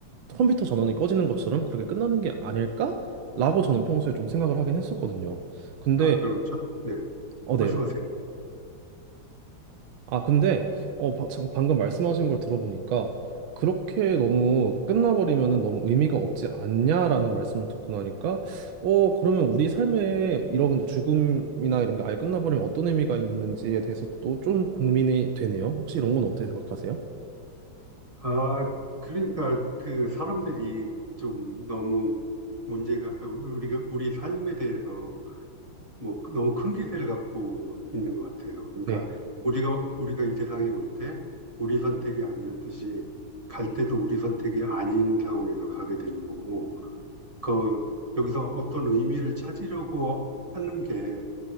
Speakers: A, on the right; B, on the right.
A: 컴퓨터 전원이 꺼지는 것처럼 그렇게 끝나는 게 아닐까라고 저는 평소에 좀 생각을 하긴 했었거든요. 근데
B: 아, 그럼 저, 네,
A: 어,
B: 말씀하세요.
A: 네. 아, 근데, 어, 바- 참, 방금 말씀하신 걸 들어보니까, 그렇게 너무 끝나버리면은 너무 의미가 없지 않냐라는 말씀을 듣고 나니까, 어, 그러면 우리 삶에 이런 죽음이나 이런 게 아예 끝나버리면 어떤 의미가 있는지에 대해서 또 좀 고민이 되네요. 혹시 이런 건 어떻게 생각하세요?
B: 아, 그러니까 그 사람들이 좀 너무 문제가 아, 우리가 우리 삶에 대해서 뭐 너무 큰 기대를 갖고 있는 것 같아요. 그러니까
A: 네.
B: 우리가 우리가 이 세상에 올 때 우리 선택이 아니었듯이 갈 때도 우리 선택이 아닌 상황에서 가게 되는 거고 그 여기서 어떤 의미를 찾으려고 하는 게